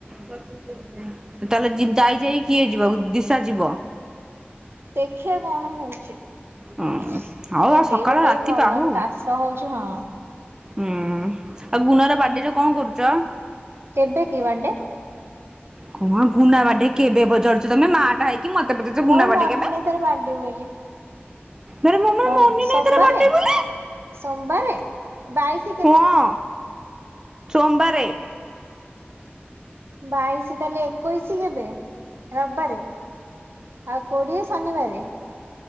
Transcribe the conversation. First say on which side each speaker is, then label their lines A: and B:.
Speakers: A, on the right (about 15°); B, on the right (about 70°).
A: ତାହେଲେ ଯାଇ ଯାଇ କିଏ ଯିବ ଦିଶା ଯିବ।
B: ଦେଖିଆ କଣ ହଉଛି।
A: ହୁଁ
B: ମୋ
A: ହଉ ଆଉ ସକାଳ
B: ଦେହ ଟା
A: ରାତି
B: ବି ଭଲଲାଗୁନି
A: ପାହୁ
B: କାଶ ହଉଛିି ହଁ।
A: ହୁଁ ଆଉ ଗୁଣ ର ବାଡେ ରେ କଁ କରୁଛ?
B: କେବେ କି ବାଡେ?
A: କଣ ଗୁନା ବାଟେ କେବେ ପଚାରୁଛ ତମେ ମା ହେଇକି ମତେ ପଚାରୁଚ
B: ମୋର
A: ଗୁନା ବାଡେ
B: ମନେ
A: କେବେ?
B: ନାହିଁ ତାର ବାଡେ ବୋଲି।
A: ମର ମମ
B: ମଙ୍ଗ
A: ମନେ
B: ସୋମବାରେ
A: ନାଇଁ ତା ର ବାଡେ ବୋଲି।
B: ସୋମବାରେ ବାଇଶ
A: ହଁ ସୋମବାରେ।
B: ବାଇଶି ତାଲେ ଏକୋଇଶି କେବେ ରବିବାରେ। ଆଉ କୋଡିଏ ଶନିବାର।